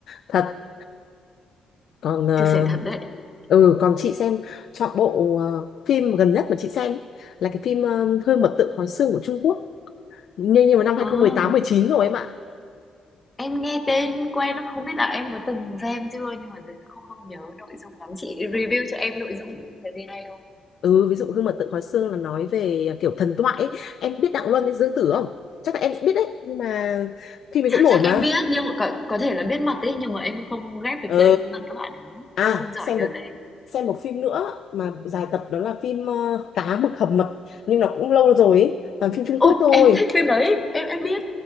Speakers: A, on the left; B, on the left.
A: thật còn ờ,
B: chia sẻ thật đấy
A: ừ còn chị xem chọn bộ ờ, phim gần nhất mà chị xem ấy, là cái phim ờ, Hương mật tượng khói xương của Trung Quốc nhưng nhưng mà năm 2018
B: à,
A: 19 rồi em ạ
B: em nghe tên quen lắm không biết là em có từng xem chưa nhưng mà không không nhớ nội dung lắm chị review cho em nội dung đi là gì hay không
A: ừ ví dụ Hương mật tượng khói xương là nói về ờ, kiểu thần thoại ấy. em biết Đặng Luân với Dương Tử không chắc là em biết đấy nhưng mà phim ấy cũng
B: chắc
A: nổi
B: chắc
A: mà
B: em biết nhưng mà có, có thể là biết mặt ấy nhưng mà em không ghép được
A: ờ
B: tên với mặt các bạn ấy
A: À,
B: không không giỏi
A: xem
B: nhớ
A: một
B: tên
A: xem một phim nữa mà dài tập đó là phim ờ, Cá mực hầm mật nhưng nó cũng lâu rồi ấy, toàn phim Trung
B: ôi
A: Quốc thôi.
B: em thích phim đấy em em biết